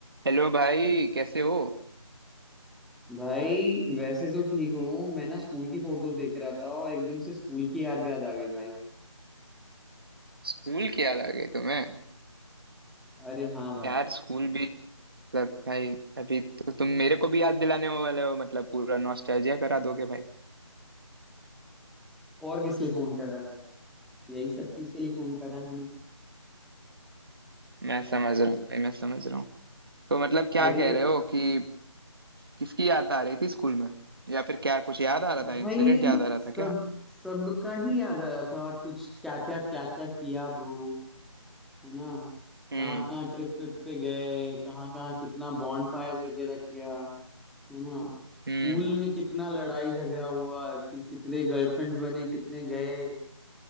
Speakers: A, on the right; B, in the centre.
A: Hello भाई कैसे हो
B: भाई वैसे तो ठीक हूँ मैं ना स्कूल की फोटोज देख रहा था और एकदम से स्कूल की याद याद आ गई भाई
A: स्कूल की याद आ गई तुम्हें
B: अरे हाँ भाई
A: यार स्कूल भी मतलब भाई अभी तो तुम मेरे को भी याद दिलाने वाले हो मतलब पूरा नॉस्टैल्जिया करा दोगे भाई
B: और किस लिए फोन करा भाई यही सब चीज के लिए फोन करा है मैंने
A: मैं समझ रहा हूँ भाई मैं समझ रहा हूँ तो मतलब क्या
B: अरे
A: कह रहे हो कि किसकी याद आ रही थी स्कूल में या फिर क्या कुछ याद आ रहा था इंसिडेंट
B: भाई
A: याद आ रहा
B: सब
A: था क्या
B: सबका ही याद आ रहा था कुछ क्या क्या क्या क्या किया ब्रो है ना
A: हम्म
B: कहाँ कहाँ ट्रिप ट्रिप पे गए कहाँ कहाँ कितना बॉन्ड फायर्स वगैरह किया है ना स्कूल
A: हम्म
B: में कितना लड़ाई झगड़ा हुआ कि, कितने गर्लफ्रेंड्स बने कितने गए